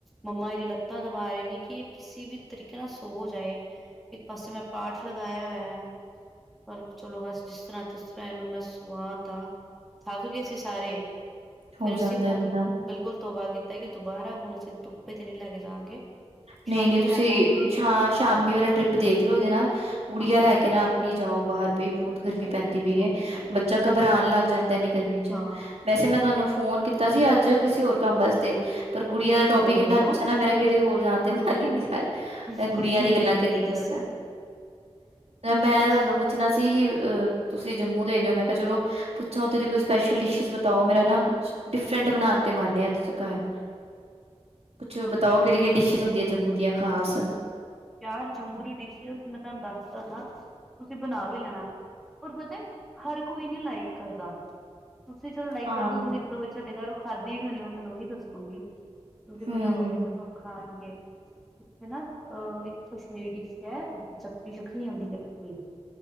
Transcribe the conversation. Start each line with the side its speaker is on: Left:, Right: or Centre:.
Centre: ਮੰਮਾ ਇਹਦੀਆਂ ਲੱਤਾਂ ਦਬਾ ਰਹੇ ਨੇ ਕਿ ਇਹ ਕਿਸੇ ਵੀ ਤਰੀਕੇ ਨਾਲ ਸੋ ਜਾਏ ਇੱਕ ਪਾਸੇ ਮੈਂ ਪਾਠ ਲਗਾਇਆ ਹੋਇਆ ਹੈ ਪਰ ਚਲੋ ਬਸ ਜਿਸ ਤਰ੍ਹਾਂ ਕਿਸ ਤਰ੍ਹਾਂ ਇਹਨੂੰ ਮੈਂ ਸਵਾਤਾ ਆ ਥੱਕ ਗਏ ਸੀ ਸਾਰੇ
Right: ਹੋ
Centre: ਫਿਰ ਅਸੀਂ
Right: ਜਾਂਦਾ
Centre: ਹੁਣ
Right: ਹੈ ਬੰਦਾ
Centre: ਬਿਲਕੁਲ ਤੋਬਾ ਕੀਤਾ ਕਿ ਦੁਬਾਰਾ ਹੁਣ ਅਸੀਂ ਧੁੱਪੇ ਤੇ ਨਹੀਂ ਲੈ ਕੇ ਜਾਵਾਂਗੇ ਸ਼ਾਮੀ
Right: ਨਹੀਂ -ਨਹੀਂ ਤੁਸੀਂ
Centre: ਲੈ ਜਾਵਾਂਗੇ
Right: ਸ਼ ਸ਼ਾਮੀ ਵਾਲਾ ਟ੍ਰਿਪ ਦੇਖਲੋ ਇਹਦੇ ਨਾਲ, ਗੁੜੀਆਂ
Centre: ਹਾਂ
Right: ਲੈ ਕੇ ਨਾ ਨੀ ਜਾਓ ਬਾਹਰ ਵੀ ਬਹੁਤ ਗਰਮੀ
Centre: ਅਰੇ
Right: ਪੈਂਦੀ
Centre: ਗ਼ਲਤੀ
Right: ਪਈਏ,
Centre: ਹੋ ਗਈ ਸਾਨੂੰ
Right: ਬੱਚਾ
Centre: ਇੱਕ
Right: ਘਬਰਾਉਣ ਲੱਗ ਜਾਂਦਾ ਇੰਨੀ ਗਰਮੀ 'ਚ
Centre: ਹਾਂ
Right: ਵੈਸੇ ਮੈਂ ਤੁਹਾਨੂੰ ਫੋਨ ਕੀਤਾ ਸੀ ਅੱਜ ਕਿਸੇ ਹੋਰ ਕੰਮ ਵਾਸਤੇ, ਪਰ ਗੁੜੀਆਂ ਦਾ ਟੋਪਿਕ
Centre: ਬੋਲੋ
Right: ਇੰਨਾ
Centre: ਬੋਲੋ
Right: ਅੱਛਾ ਨਾ ਮੇਰਾ ਤੇ ਹੋਰ ਜਾਣ ਤੇ ਮਨ ਹੀ ਨਹੀਂ ਕਰ ਰਿਹਾ।
Centre: ਨਹੀਂ
Right: ਗੁੜੀਆਂ ਦੀ ਗੱਲਾਂ
Centre: ਨਹੀਂ
Right: ਕਰੀਏ
Centre: ਨਹੀਂ ਦੱਸੋ
Right: ਤੁਹਾਡੇ ਨਾਲ,
Centre: ਨਹੀਂ
Right: ਮੈਂ
Centre: ਨਹੀਂ ਦੱਸੋ
Right: ਤੁਹਾਨੂੰ ਪੁੱਛਣਾ ਸੀ, ਅਹ ਤੁਸੀਂ ਜੰਮੂ ਦੇ ਹੈਗੇ ਹੋ, ਮੈਂ ਕਿਹਾ ਚਲੋ ਅੱਛਾ, ਉਥੇ ਦੀ ਕੋਈ ਸਪੈਸ਼ਲ ਡਿਸ਼ੀਜ਼ ਬਤਾਓ ਮੇਰਾ ਨਾ ਕੁਛ ਡਿਫਰੈਂਟ ਬਣਾਉਣ ਤੇ ਮੰਨ ਆ ਅੱਜ ਘਰ, ਕੁਛ ਬਤਾਓ। ਕਿਹੜੀ-
Centre: ਓਕੇ
Right: ਕਿਹੜੀ ਡਿਸ਼ਿਜ਼ ਹੁੰਦੀਆਂ ਜੰਮੂ ਦੀਆਂ ਖਾਸ
Centre: ਚਾਰ ਜੰਮੂ ਦੀ ਡਿਸ਼ਿਸ ਮੈਂ ਤੁਹਾਨੂੰ ਦੱਸਦਾ ਹਾਂ, ਤੁਸੀਂ ਬਣਾ ਵੀ ਲੈਣਾ ਪਰ ਪਤਾ, ਹਰ ਕੋਈ ਨੀ ਲਾਈਕ ਕਰਦਾ ਤੁਸੀਂ ਚਲੋ ਲਾਈਕ
Right: ਹਾਂ
Centre: ਕਰ ਦਿਓ ਤੁਸੀਂ ਇੱਕ ਦੋ ਵਾਰੀ ਸਾਡੇ ਘਰੋਂ ਖਾਧੀ ਵੀ ਹੋਣੀ ਮੈਂ ਤੁਹਾਨੂੰ ਉਹੀ ਦੱਸਾਂਗੀ ਤੁਸੀਂ
Right: ਹੂੰ-ਹੂੰ।
Centre: ਬਣਾਓਗੇ ਤੇ ਸਭ ਖਾਂਣਗੇ ਹਨਾ ਅਹ ਇੱਕ ਕਸ਼ਮੀਰੀ ਡਿਸ਼ ਹੈ ਜਖ ਜਖਣੀ ਹੁੰਦੀ ਜਖਮੀ